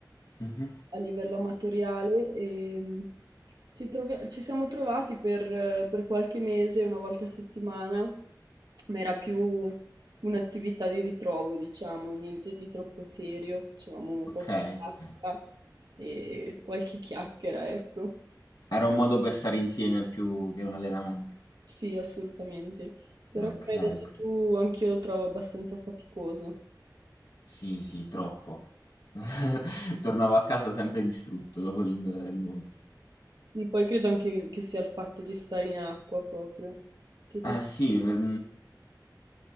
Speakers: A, on the left; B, on the right.
A: Mhm.
B: a livello amatoriale e mm, ci, trovi- ci siamo trovati per, eh, per qualche mese, una volta a settimana, ma era più un'attività di ritrovo, diciamo, niente di troppo serio, facevamo
A: Ok,
B: qualche tasca
A: ok.
B: e qualche chiacchiera, ecco.
A: Era un modo per stare insieme più che un allenamento.
B: Sì, assolutamente. Però
A: Ok,
B: come hai detto
A: ok.
B: tu, anch'io lo trovo abbastanza faticoso.
A: Sì, sì, troppo. <laughs> Tornavo a casa sempre distrutto dopo il, il nuoto.
B: Sì, poi credo anche che sia il fatto di stare in acqua proprio, che ti
A: Ah
B: senti...
A: sì, per-